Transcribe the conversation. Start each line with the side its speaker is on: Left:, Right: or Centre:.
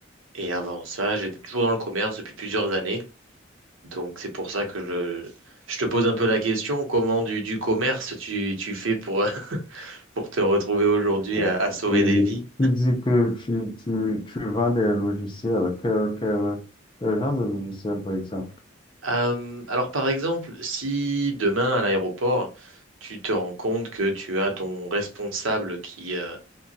Right: et avant ça, j'étais toujours dans le commerce depuis plusieurs années. Donc c'est pour ça que je, je te pose un peu la question, comment du, du commerce tu, tu fais pour, <laughs> pour te retrouver aujourd'hui
Left: Bon.
Right: à, à sauver
Left: Et oui,
Right: des vies?
Left: tu dis que tu, tu, tu vends des logiciels. Quel, quel, quel genre de logiciel, par exemple?
Right: Euh, alors par exemple, si demain à l'aéroport, tu te rends compte que tu as ton responsable qui, euh,